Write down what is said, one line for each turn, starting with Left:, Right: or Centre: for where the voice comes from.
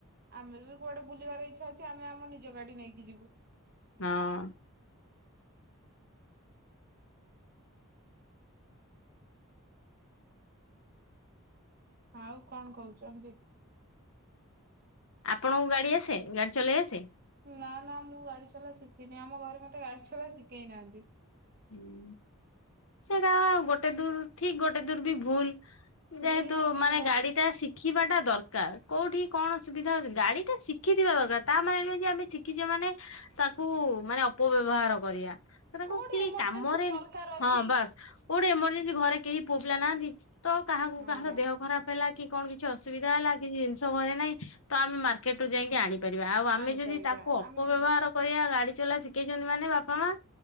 Right: ଆମେ ବି କୁଆଡେ ବୁଲିବାର ଇଚ୍ଛା ଅଛି ଆମେ ଆମ ନିଜ ଗାଡି ନେଇକି ଯିବୁ।
Left: ହଁ।
Right: ଆଉ କଣ କହୁଚନ୍ତି।
Left: ଆପଣଙ୍କୁ ଗାଡି ଆସେ ଗାଡି ଚଲେଇ ଆସେ?
Right: ନା ନା ମୁଁ ଗାଡି ଚଲା ଶିଖିନି ଆମ ଘରେ ମତେ ଗାଡି ଚଲା ଶିକେଇ ନାହାନ୍ତି।
Left: ହୁଁ ସେଟା ଗୋଟେ ଦୂର ଠିକ ଗୋଟେ ଦୂର ବି ଭୁଲ। ଯେହେତୁ
Right: ନିହାତି
Left: ମାନେ
Right: ନିହାତି
Left: ଗାଡି ଟା ଶି ଖିବା ଟା ଦରକାର କୋଉଠି କଣ ସୁବିଧା ଅସୁବି ଗାଡିଟା ଶିଖିଥିବା ଦରକାର ତା ମାନେ ନୁହେ ଆମେ ଶିଖିଚେ ମାନେ ତାକୁ ମାନେ ଅପବ୍ୟବହାର କରିବା ସେ ତାକୁ
Right: କୋଉଠି
Left: କି
Right: ଏମରଜେନ୍ସି
Left: କାମରେ
Right: ଦରକାର ଅଛି
Left: ହଁ ବା କୋଉଟି ଏମର୍ଜେନ୍ସି ଘରେ କେହି ପୁଅ ପିଲା ନାହାନ୍ତି ତ କାହାକୁ
Right: ଆଜ୍ଞା
Left: କାହାର ଦେହ ଖରାପ ହେଲା କି କଣ କିଛି ଅସୁବିଧା ହେଲା କିଛି ଜିନିଷ ଘରେ ନାହିଁ ତ ଆମେ ମାର୍କେଟ ରୁ ଯାଇକି ଆଣି ପରିବା ଆଉ ଆମେ
Right: ଆଣିପାରିବା
Left: ଯଦି ତାକୁ ଅପବ୍ୟବହାର
Right: ଆମେ ଯଦି
Left: କରିବା ଗାଡି ଚଲା ଶି କେଇଚନ୍ତି ମାନେ ବାପା ମା